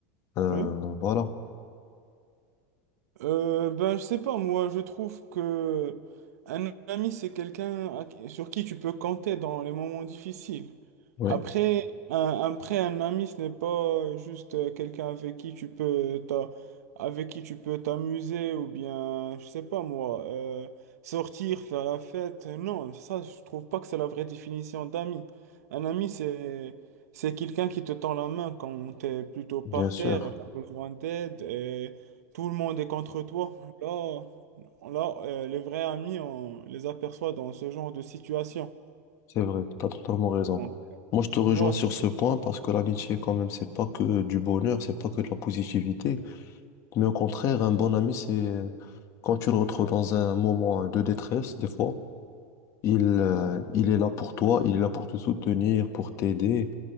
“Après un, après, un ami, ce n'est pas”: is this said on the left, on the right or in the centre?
Right